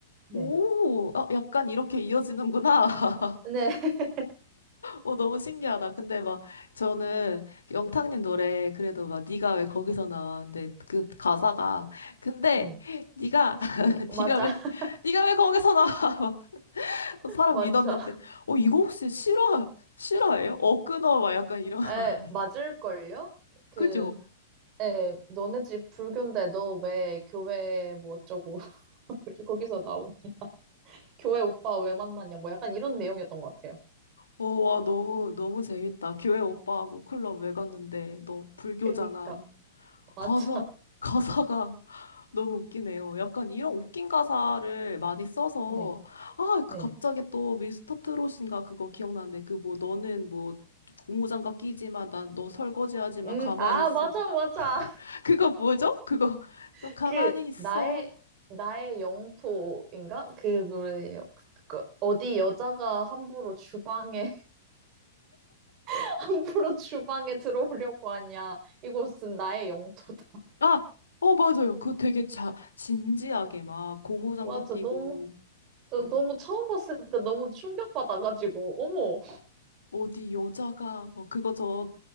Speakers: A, on the right (about 35°); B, on the left (about 70°).
A: 네.
B: 오, 아, 약간 이렇게 이어지는구나. <laughs>
A: 네. <laughs>
B: 어, 너무 신기하다. 근데 막 저는 영탁님 노래 그래도 막 네가 왜 거기서 나와? 근데 그 가사가 근데
A: 네.
B: 네가 <laughs>
A: 맞아.
B: 네가 왜
A: <laughs>
B: 네가 왜 거기서 나와? <laughs> 막 사랑
A: 맞아.
B: 믿었는데 어 이거 혹시 실화 실화예요? 어 끊어 막 약간 이런 <laughs>
A: 에, 맞을걸요? 그
B: 그죠?
A: 에, 너네 집 불교인데 너 왜 교회 뭐 어쩌고 <laughs> 거기서 나오니? <laughs> 교회 오빠 왜 만났냐? 뭐 약간 이런 내용이었던 것 같아요.
B: 오, 와, 너무, 너무 재밌다. 교회 오빠하고 클럽 왜 갔는데, 너 불교잖아.
A: 그니까. 맞아.
B: 가사, 가사가 <laughs> 너무 웃기네요. 약간 이런 웃긴 가사를 많이 써서,
A: 네.
B: 아,
A: 네.
B: 그 갑자기 또 미스터 트롯인가 그거 기억나는데, 그 뭐, 너는 뭐, 고무장갑 끼지 마, 난 너 설거지 하지 마,
A: 음,
B: 가만히
A: 아,
B: 있어.
A: 맞아, 맞아.
B: 그거 뭐죠? 그거, <laughs>
A: <laughs>
B: 너 가만히
A: 그,
B: 있어.
A: 나의, 나의 영토인가? 그 노래, 그, 그 어디 여자가 함부로 주방에, <laughs> 함부로 주방에 들어오려고 하냐. 이곳은 나의 영토다. <laughs>
B: 아, 어, 맞아요. 그 되게 자, 진지하게 막 고무장갑
A: 맞아,
B: 끼고,
A: 너무, 저
B: 뭐
A: 너무 처음 봤을 때 너무 충격받아가지고, 어머.
B: 어디 여자가 뭐 그거 저